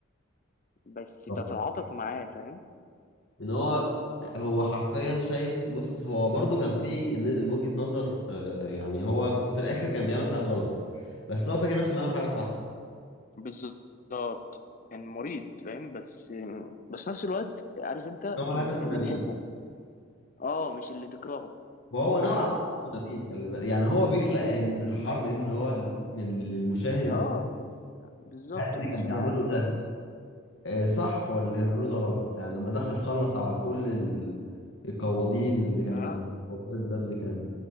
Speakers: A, on the left; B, on the left.
A: بس
B: بالظبط.
A: تتعاطف معاه فاهم
B: ان هو هو حرفيا شايف بص هو برضه كان في ن- وجهة نظر آه، يعني هو في الاخر كان بيعمل حاجة غلط بس هو فاكر نفسه بيعمل حاجة صح
A: بالظبط كان مريض فاهم بس بس نفس الوقت عارف انت
B: إن هو هدفه
A: ال- اللي
B: <laughs> نبيل
A: تحبه اه مش اللي تكرهه
B: وهو نوعا
A: <laughs>
B: ما هدفه نبيل خلي بالك يعني هو بيخلق إن الحرب دي من هو من للمشاهد
A: اه
B: ال-
A: بس
B: <laughs>
A: بالظبط
B: هل اللي
A: بس
B: كان بيعمله
A: يعني فاهم
B: ده آه، صح ولا اللي كان بيعمله ده غلط يعني لما دخل خلص على كل ال- القواضين اللي كان
A: اه
B: القواد ده اللي كان